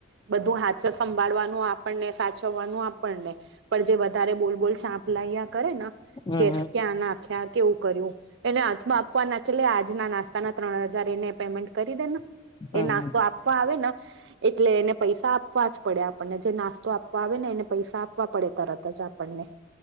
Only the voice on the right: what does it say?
બધું હાચ સંભાળવાનું આપણને સાચવવાનું આપણને પણ જે વધારે બોલ બોલ ચાપલાયા કરે ન
કે ક્યાં નાખ્યા કેવું કર્યું એને હાથમાં આપવા ના કે લે આજના નાસ્તાના ત્રણ હજાર એને પેમેન્ટ કરી દે ને.
એ નાસ્તો
આપવા આવે ન એટલે એને પૈસા આપવા જ પડે આપણને જે નાસ્તો આપવા આવે ને એને પૈસા આપવા પડે તરત જ આપણને.